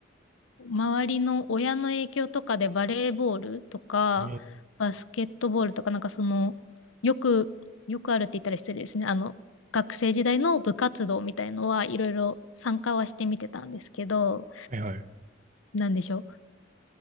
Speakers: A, on the left; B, on the right.
A: 周りの親の影響とかでバレーボールとか、
B: えー
A: バスケットボールとか、なんかその、よく、よくあるって言ったら失礼ですね。あの、学生時代の部活動みたいのはいろいろ参加はしてみてたんですけど、
B: はいはい。
A: なんでしょ